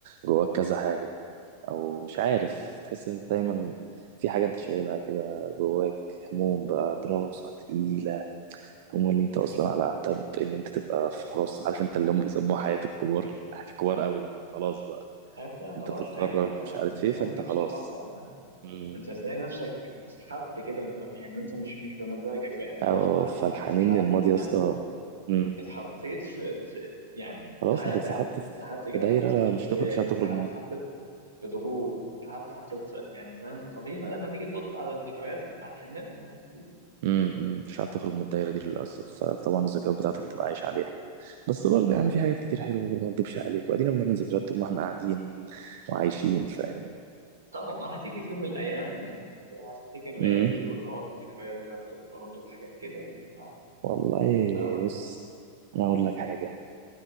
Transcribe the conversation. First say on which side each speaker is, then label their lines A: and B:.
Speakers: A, on the right; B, on the right.
A: جواك كذا حاجة او مش عارف تحس ان انت دايما في حاجه انت شايلها كده جواك هموم بقى دراسه تقيله هموم ان انت اصلا على اعتاب ان انت تبقى في خلاص عارف انت اللي هم بيسموها حياه الكبار حياه الكبار قوي بقى خلاص بقى
B: عارف بقى خلاص
A: انت بتتخرج
B: حاجة جديدة
A: مش
B: دنيا
A: عارف ايه
B: تانية
A: فانت خلاص
B: بصراحة والله
A: امم
B: انت تلاقي نفسك اتسحبت كده انت يعني انت مش مش بمزاجك لا انت
A: اه
B: غصب عنك
A: فالحنين
B: اتسحبت
A: للماضي
B: كده
A: يا اسطى امم
B: اتحطيت في, في يعني
A: خلاص
B: في حياة
A: انت
B: تانية
A: اتسحبت
B: انت
A: في
B: اتسحبت كده
A: دايره
B: اتحطيت في مسؤوليات
A: مش هتخرج مش هتخرج
B: اتسحبت حطيت في ضغوط اتسحبت حطيت في يعني فاهم فطبيعي بقى لما تيجي تبص على الذكريات لا هتحن لها يعني اكيد
A: امم امم مش عارف تخرج من الدايرة دي للأسف فطبعا الذكريات بتاعتك هتبقى عايش عليها بس برضه يعني في حاجات كتير حلوة برضه ما اكدبش عليك وادينا بنعمل ذكريات طول ما احنا قاعدين وعايشين فاهم
B: طبعا ما هتيجي في يوم من الايام يعني هتفتكر الايام
A: امم
B: دي وتقول اه دي الذكريات برضه برضه حاجات كده يعني اه
A: والله
B: لا ولا
A: بص انا اقول لك حاجة